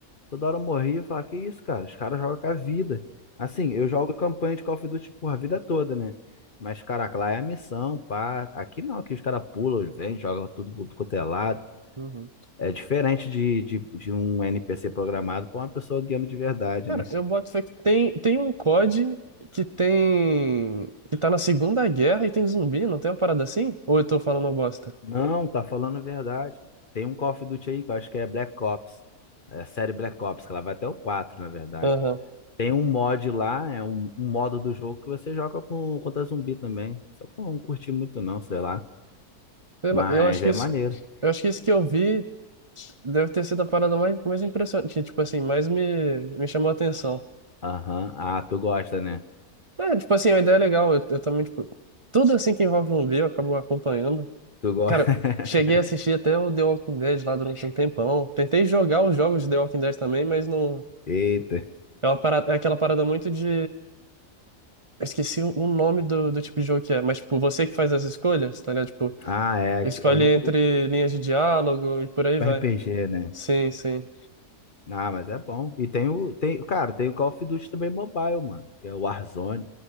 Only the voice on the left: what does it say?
Toda hora eu morria e falava, que isso, cara? Os caras jogam com a vida. Assim, eu jogo campanha de Call of Duty, por a vida toda, né? Mas, caraca, lá é a missão, pá. Aqui não, aqui os caras pulam, vêm, jogam tudo pro quanto é lado.
É diferente de, de, de um NPC programado pra uma pessoa guiando de verdade,
né?
Não, tá falando a verdade. Tem um Call of Duty aí que eu acho que é Black Ops. É a série Black Ops, que ela vai até o 4 na verdade.
Tem um mod lá, é um, um modo do jogo que você joga com, contra zumbi também. Só que eu não curti muito, não, sei lá.
Mas
é
maneiro.
Aham. Ah, tu gosta, né?
Tu gosta.
<laughs>
Eita.
Ah, é.
ti- É muito
RPG,
né?
Ah, mas é bom. E tem o. Tem, cara, tem o Call of Duty também mobile, mano. Que é o Warzone.